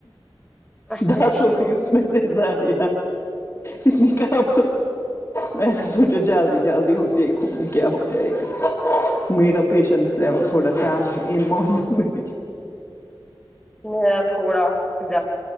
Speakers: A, in the centre; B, on the left.
A: اچھا
B: دس
A: ٹھیک
B: ہو گئی اس میں سے ضائع اتنی کم میں سوچو جلدی جلدی دیکھوں گی کیا ہو جائے گا میرے کاا پیشنس لیول تھوڑا کام ہے ان معاملوو میں
A: میرا تھوڑا ز